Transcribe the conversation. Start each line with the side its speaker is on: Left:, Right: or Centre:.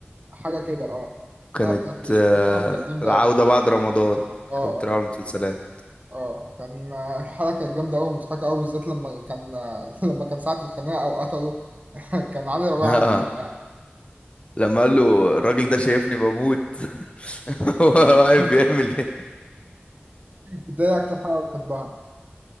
Right: حاجة كده اه
Left: كانت
Right: الحلقة بتاعت الأسطورة
Left: آه
Right: اه كانت جامدة
Left: العوده
Right: أوي
Left: بعد رمضان
Right: اه
Left: كانت بتتابع
Right: اه
Left: المسلسلات
Right: اه كان آه، الحلقة كانت جامدة أوي ومضحكة أوي بالذات لما كان آه، <laughs> لما كان ساعة الخناقة أو قتله <laughs> كان علي ربيع
Left: <laughs>
Right: عمل كده يعني
Left: لما قال له الراجل ده شايفني بموت <laughs> هو واقف
Right: <laughs>
Left: بيعمل ايه
Right: ده إيه أكتر حلقة بتحبها